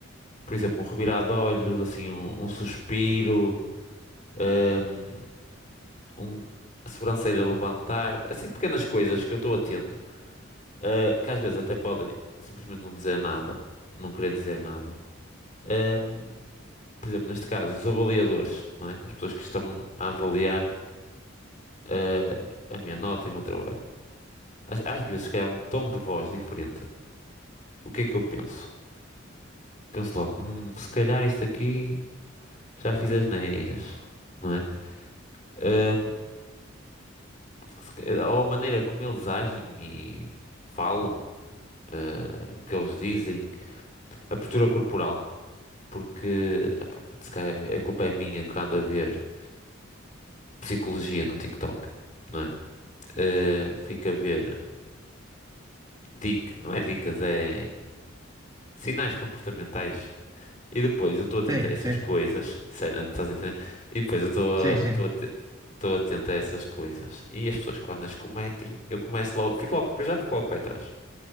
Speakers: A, on the left; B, on the right.
A: Por exemplo, um revirar de olhos, assim, um, um suspiro, ahm, um, a sobrancelha levantar, assim, pequenas coisas que eu estou atento, ah, que às vezes até podem simplesmente não dizer nada, não querer dizer nada. Ahm, por exemplo, neste caso, os avaliadores, não é? As pessoas que estão a avaliar, ah, a minha nota e o meu trabalho. Às, às vezes, se calhar, um tom de voz diferente. O que é que eu penso? Penso logo, "Hum, se calhar isto aqui já fiz asneiras, não é? Ahm, se ca- ou a maneira como eles agem e falam, ah, o que eles dizem, a postura corporal, porque epá, se calhar é, a culpa é minha que ando a ver psicologia no TikTok, não é? Ah, fico a ver dic, não é dicas, é sinais comportamentais. E depois eu estou atento
B: Sim,
A: a essas
B: sim,
A: coisas, sério, estás a entender? E depois eu estou a,
B: sim, sim.
A: Estou atento a essas coisas. E as pessoas quando as cometem, eu começo logo, fico logo, para já fico logo para trás,